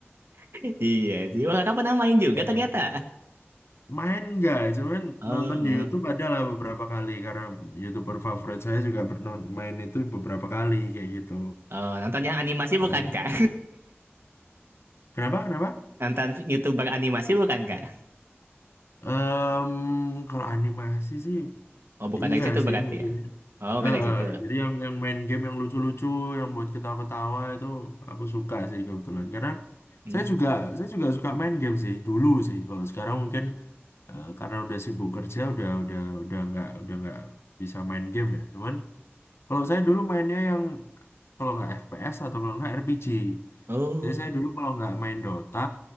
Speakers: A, on the right; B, on the left.
A: <laughs> Iya sih. Wah Kakak pernah main juga
B: Ya.
A: ternyata.
B: Main enggak, cuman
A: Oh,
B: nonton di YouTube
A: oh,
B: adalah beberapa kali karena YouTuber favorit saya juga bernon main itu beberapa kali kayak gitu.
A: Oh, nonton yang animasi bukan
B: Heeh.
A: Kak?
B: Kenapa? Kenapa?
A: <laughs> Nonton YouTuber animasi bukan Kak?
B: Em, kalau animasi sih
A: Oh bukan
B: iya
A: dari situ berarti
B: sih mungkin.
A: ya? Oh bukan
B: Heeh,
A: dari situ.
B: jadi yang yang main game yang lucu-lucu, yang buat kita ketawa itu aku suka sih kebetulan. Karena
A: Hmm.
B: saya juga saya juga suka main game sih dulu sih. Kalau sekarang mungkin eh, karena udah sibuk kerja, udah udah udah nggak udah nggak bisa main game ya. Cuman kalau saya dulu mainnya yang kalau nggak FPS atau kalau nggak RPG.
A: Oh,
B: Jadi saya dulu kalau nggak main Dota,